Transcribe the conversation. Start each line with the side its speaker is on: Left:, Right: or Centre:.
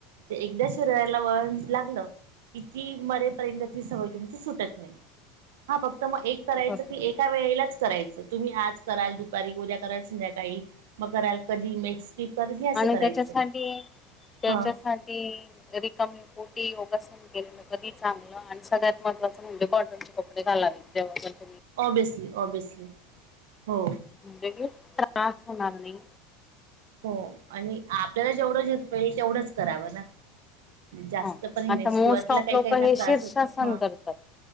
Right: एकदा शरीराला वळण लागलं की ती मरेपर्यंत ती सवय तुमची सुटत नाही. हा फक्त तर म एक करायचं
Left: बरोबर
Right: की एका वेळेलाच करायचंच तुम्ही आज कराल दुपारी उद्या कराल संध्याकाळी मग कराल कधी मेक स्किप कर हे असं
Left: आणि
Right: करायचं
Left: त्याच्यासाठीय त्याच्यासाठी
Right: हा
Left: रिकामे पोटी तसही केलेलं कधी चांगलं आणि सगळ्यात महत्वाचे म्हंजे कॉटन चे कप कपडे घालावेत जेव्हा तू
Right: ऑब्यसली ऑब्यसली हो
Left: म्हणजे की त्रास होणार नाही.
Right: हो आणि आपल्याला जेवढं झेपतंय तेवढंच करावं ना जास्त
Left: हा
Right: पण हे
Left: आता
Right: नाही सुरुवातीला
Left: मोस्ट ऑफ
Right: काही
Left: लोक
Right: काही ना
Left: हे
Right: त्रास
Left: शीर्षासन
Right: होतो हा
Left: करतात